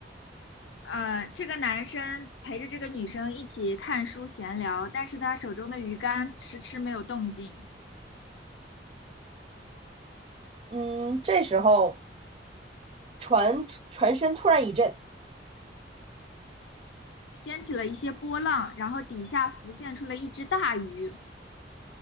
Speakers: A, on the left (about 80°); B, on the right (about 30°).
A: 呃，这个男生陪着这个女生一起看书闲聊，但是他手中的鱼竿迟迟没有动静，
B: 嗯，这时候船船身突然一震，
A: 掀起了一些波浪，然后底下浮现出了一只大鱼。